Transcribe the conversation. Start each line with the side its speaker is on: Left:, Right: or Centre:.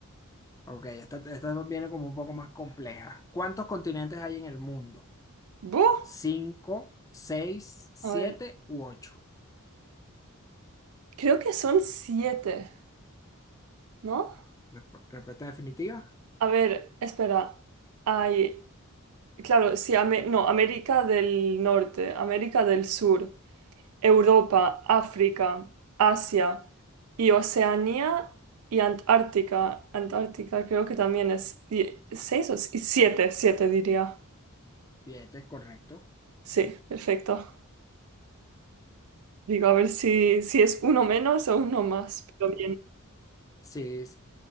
Left: Ok, esta, esta viene como un poco más compleja. ¿Cuántos continentes hay en el mundo?
Right: ¡Buh!
Left: ¿Cinco, seis, siete
Right: A ver,
Left: u ocho?
Right: creo que son siete, ¿no?
Left: Rep- Respuesta definitiva.
Right: A ver, espera. Hay, claro, sí, Ame- no, América del Norte, América del Sur, Europa, África, Asia y Oceanía y Antártica. Antártica creo que también es die- seis o si- siete, siete diría.
Left: Siete, correcto.
Right: Sí, perfecto. Digo, a ver si, si es uno menos o uno más, pero bien.
Left: Sí, sí.